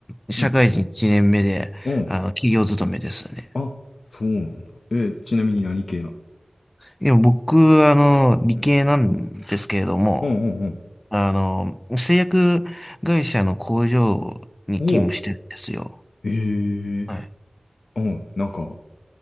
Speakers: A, on the left (about 20°); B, on the left (about 85°).
A: 社会人1年目で、
B: うん。うん。
A: あの、企業勤めですね。
B: あ、そうなんだ。え、ちなみに何系なの
A: でも僕、あの、理系なんですけれども、
B: うんうんうんうん。
A: あの、製薬会社の工場に勤務してるんですよ。
B: ほう。ええ
A: はい。
B: ーうん、なんか、